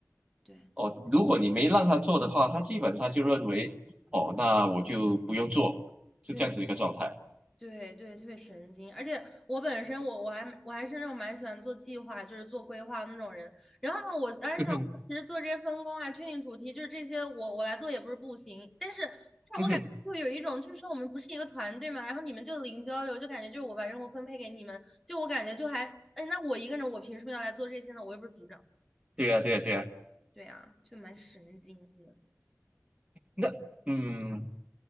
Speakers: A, in the centre; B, on the right.
A: 对
B: 哦，如果你没让他做的话，他基本上就认为，哦，那我就不用做，是这样子一个状态。
A: 对对，对对，特别神经，而且我本身我我还我还是那种蛮喜欢做计划，就是做规划的那种人。然后呢，我当时想，
B: 嗯哼，
A: 其实做这些分工啊、确定主题，就是这些我我来做也不是不行，但是但是我感觉就有一种，
B: 嗯哼，
A: 就是说我们不是一个团队嘛，然后你们就零交流，就感觉就是我把任务分配给你们，就我感觉就还，哎，那我一个人我凭什么要来做这些呢？我又不是组长，
B: 对呀，对呀，对呀。
A: 对啊，就蛮神经的，
B: 那嗯，